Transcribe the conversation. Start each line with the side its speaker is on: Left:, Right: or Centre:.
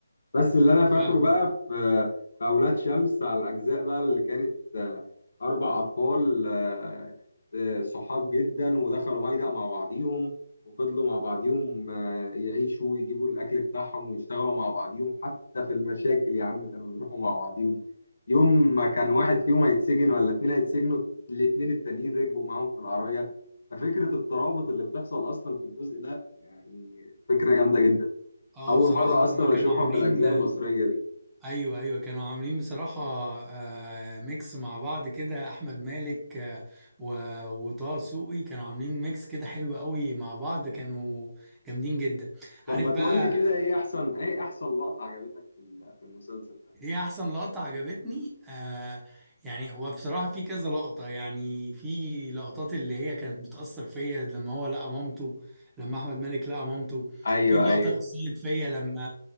Left: بس اللي انا فاكره
Centre: فاهمك
Left: بقى في في اولاد شمس على الاجزاء بقى اللي كانت آه، اربع اطفال آه، آه، صحاب جدا ودخلوا ملجأ مع بعضيهم وفضلوا مع بعضيهم آه، يعيشوا ويجيبوا الاكل بتاعهم ويشتغلوا مع بعضيهم حتى في المشاكل يا عم كانوا بيروحوا مع بعضيهم يوم ما كان واحد فيهم هيتسجن ولا اتنين هيتسجنوا الاتنين التانيين ركبوا معاهم في العربية ففكرة الترابط اللي بتحصل اصلا في الجزء ده يعني فكرة جامدة جدا
Centre: اه
Left: اول
Centre: بصراحة
Left: مره اصلا
Centre: هما كانوا
Left: اشوفها
Centre: عاملين
Left: في الاجزاء
Centre: آه،
Left: المصريه دي
Centre: ايوه ايوه كانوا عاملين بصراحة آه ميكس مع بعض كده احمد مالك آه و... وطه دسوقي كانوا عاملين ميكس كده حلو قوي مع بعض كانوا جامدين جدا
Left: طب
Centre: عارف
Left: ما
Centre: بقى
Left: تقول لي كده ايه احسن ايه احسن لقطه عجبتك في ال- في المسلسل ده
Centre: هي احسن لقطة عجبتني آه يعني هو بصراحة في كذا لقطة يعني في لقطات اللي هي كانت بتأثر فيا لما هو لقى مامته لما احمد مالك لقى مامته
Left: ايوه
Centre: في اللقطة
Left: ايوه
Centre: اللي أثرت فيا لما